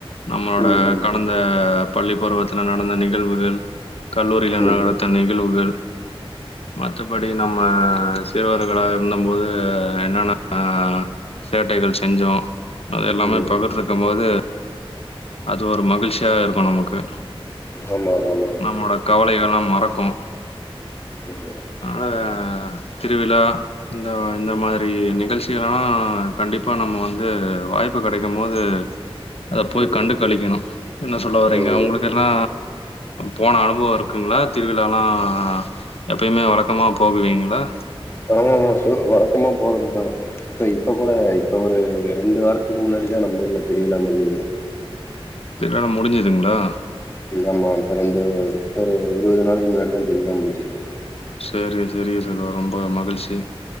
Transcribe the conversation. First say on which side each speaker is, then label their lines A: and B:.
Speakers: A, on the left; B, on the left.
A: நம்மளோட
B: ம், ம்,
A: கடந்த பள்ளி பருவத்துல நடந்த நிகழ்வுகள் கல்லூரியில
B: ம்,
A: நட த்த நிகழ்வுகள் மத்த படி நம்ம சிறுவர்களாக இருந்தம்போது என்னன்னா அ சேட்டைகள் செஞ்சோ அது எல்லாமே
B: ம்.
A: பக்கத்துல இருக்கும்போது அது ஒரு மகிழ்ச்சியாக இருக்கும் நமக்கு
B: ஆமா, ஆமா.
A: நம்மளோட கவலைகலெல்லா மறக்கு
B: உஹ
A: அனால திருவிழா இந்த இந்த மாதிரி நிகழ்ச்சி களலா கண்டிப்பா நம்ம வந்து வாய்ப்பு கெடைக்கும் போது அத போய்
B: ம்
A: கண்டு கழிக்கிணு என்ன சொல்ல வரீங்க
B: ம்.
A: அவுங்களுக்கு பெர்னா போன அனுபவொ இருக்குங்ளா திருவிழால்லா எப்பயுமே வழக்கமா போகுவீங்ளா
B: ஆமா ஆமா ஸோ வழக்கமா போறதுதா இப்ப இப்ப கூட இப்ப ஒரு ரெண்டு வாரத்துக்கு முன்னாடி தா நம்ம ஊர் திருவிழா முடிஞ்சது
A: திருவிழாலா முடிஞ்சுதுங்ளா
B: ஆமா இப்ப ரெண்டு ஒரு இருவது நாளக்கி முன்னாடிதா திருவிழா முடிஞ்சது
A: சேரிக சேரிக சகோ ரொம்ப மகிழ்ச்சி